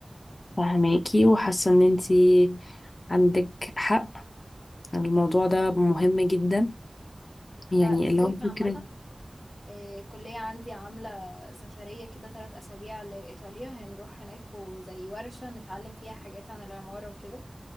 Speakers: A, on the left; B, on the left.
A: فهماكي وحاسة ان انتي عندك حق الموضوع ده مهم جدا يعني
B: فالصيف
A: اللي هو
B: عامة
A: فكرة
B: آه، الكلية عندي عاملة سفرية كده ثلاث أسابيع لإيطاليا هنروح هناك وزي ورشة نتعلم فيها حاجات عن العمارة وكده